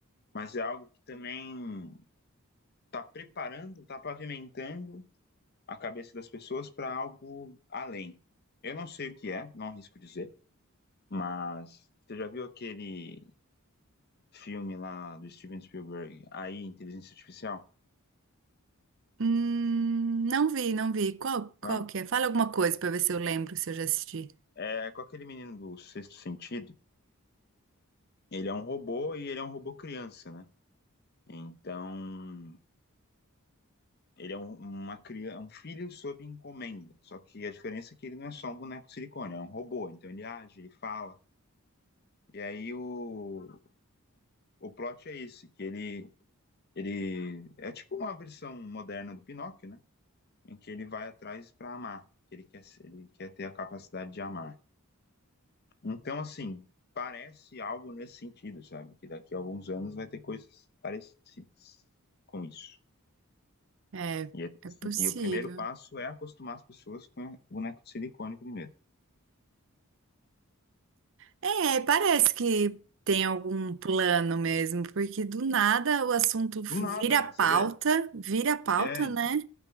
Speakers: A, on the left; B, on the right.
A: Mas é algo que também está preparando, está pavimentando a cabeça das pessoas para algo além. Eu não sei o que é, não arrisco dizer. Mas você já viu aquele filme lá do Steven Spielberg, AI, Inteligência Artificial?
B: Hum, não vi, não vi. Qual, qual
A: Não?
B: que é? Fala alguma coisa pra ver se eu lembro, se eu já assisti.
A: É com aquele menino do Sexto Sentido. Ele é um robô e ele é um robô criança, né? Então, ele é um- uma criança, um filho sob encomenda. Só que a diferença é que ele não é só um boneco de silicone, é um robô. Então ele age, ele fala. E aí o, o plot é esse, que ele, ele é tipo uma versão moderna do Pinóquio, né? em que ele vai atrás para amar, que ele quer, ser- ele quer ter a capacidade de amar. Então, assim, parece algo nesse sentido, sabe? Que daqui a alguns anos vai ter coisas parecidas com isso.
B: É,
A: E, é-
B: é
A: assim,
B: possível.
A: e o primeiro passo é acostumar as pessoas com o boneco de silicone primeiro.
B: É, parece que tem algum plano mesmo, porque do nada o assunto
A: Do nada,
B: vira
A: né?
B: pauta,
A: Você vê?
B: vira pauta,
A: É, então.
B: né?